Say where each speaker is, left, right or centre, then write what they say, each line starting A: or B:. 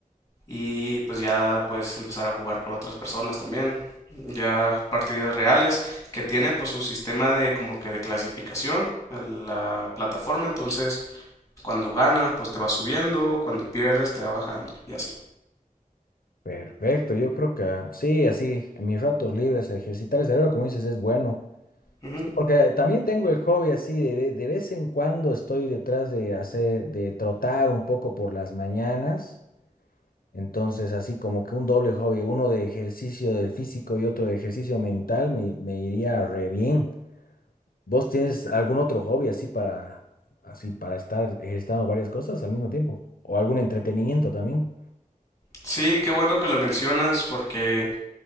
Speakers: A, on the left; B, on the left.
A: Y pues ya puedes empezar a jugar con otras personas también. Ya partidas reales que tiene pues su sistema de como que de clasificación, de la plataforma. Entonces cuando ganas, pues te va subiendo, cuando pierdes, te va bajando y así.
B: perfecto, yo creo que ah, sí, así, en mis ratos libres, ejercitar el cerebro, como dices, es bueno.
A: Ujú.
B: Sí, Porque también tengo el hobby así, de, de- de vez en cuando estoy detrás de hacer, de trotar un poco por las mañanas. Entonces, así como que un doble hobby, uno de ejercicio del físico y otro de ejercicio mental, me, me iría re bien. ¿Vos tienes algún otro hobby así para, así para estar ejercitando varias cosas al mismo tiempo? ¿O algún entretenimiento también?
A: Sí, qué bueno que lo mencionas porque